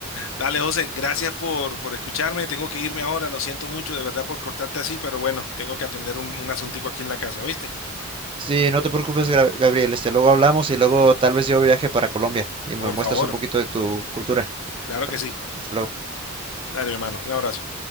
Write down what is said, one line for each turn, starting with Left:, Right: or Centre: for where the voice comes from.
Left: Dale, José, gracias por, por escucharme. Tengo que irme ahora, lo siento mucho, de verdad, por cortarte así, pero bueno, tengo que atender un, un asuntico aquí en la casa, ¿viste?
Right: Sí, no te preocupes, Gra- Gabriel. Este, luego hablamos y luego tal vez yo viaje para Colombia y
Left: Por
Right: me muestras
Left: favor,
Right: un poquito de tu cultura.
Left: claro
Right: Vale,
Left: que sí.
Right: Hasta luego.
Left: Dale, hermano, un abrazo.